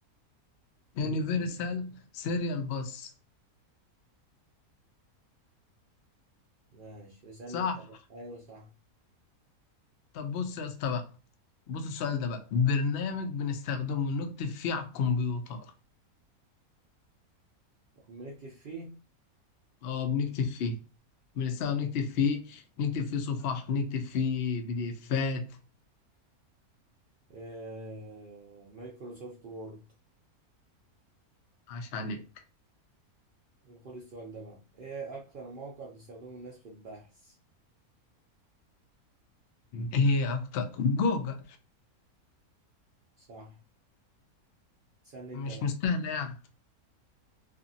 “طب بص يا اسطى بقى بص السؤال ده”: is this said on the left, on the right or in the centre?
Left